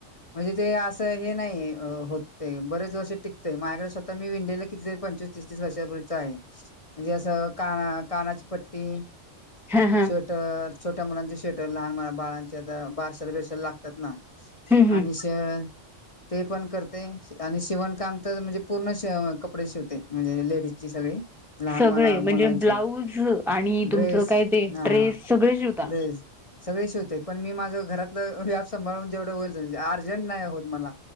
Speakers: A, on the left; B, in the centre.
A: म्हणजे ते असं हे नाही होते बरेच वर्ष टिकतय माझ्याकडे स्वतः मी विणलेलं कितीतरी पंचवीस तीस तीस वर्षांपूर्वीच आहे म्हणजे असं काना कानाची पट्टी
B: हा हा
A: स्वेटर छोट्या मुलांचे श्वेटर लहान बाळांचे आता बारशाल बिरशाला लागतात ना
B: हम् हम्
A: इश ते पण करते आणि शिवणकाम तर म्हणजे पूर्ण कपडे शिवते म्हणजे लेडीजची सगळी लहान
B: सगळे
A: मला मुलांचे
B: म्हणजे ब्लाऊज आणि तुमचं
A: ड्रेस
B: काय ते
A: हा
B: ड्रेस सगळे शिवता?
A: ड्रेस सगळे शिवते पण मी माझ घरातलं व्याप सांभाळून जेवढ होईल त अर्जंट नाय होत मला